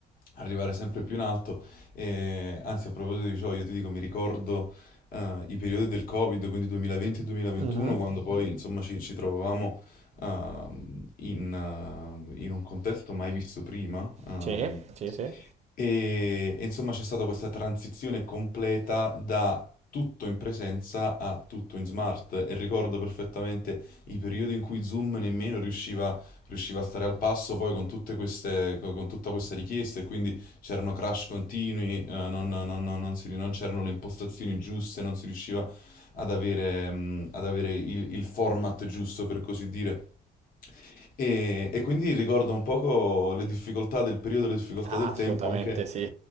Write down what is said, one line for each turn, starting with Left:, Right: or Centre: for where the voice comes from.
Left: arrivare sempre più in alto. E, anzi, a proposito di ciò, io ti dico, mi ricordo eh, i periodi del Covid, quindi 2020 e 2021,
Right: Mhm.
Left: quando poi, insomma, ci, ci trovavamo ehm, in, eh, in un contesto mai visto prima. ehm,
Right: Sì, sì, sì.
Left: e, e insomma c'è stata questa transizione completa da tutto in presenza a tutto in smart e ricordo perfettamente i periodi in cui Zoom nemmeno riusciva, riusciva a stare al passo poi con tutte queste, co- con, tutta questa richiesta e quindi c'erano crash continui, eh, non, non- non- non si- non c'erano le impostazioni giuste, non si riusciva ad avere, mm, ad avere il, il format giusto, per così dire. E, e quindi ricordo un poco le difficoltà del periodo, le difficoltà
Right: Ah,
Left: del
Right: assolutamente
Left: tempo, anche
Right: sì,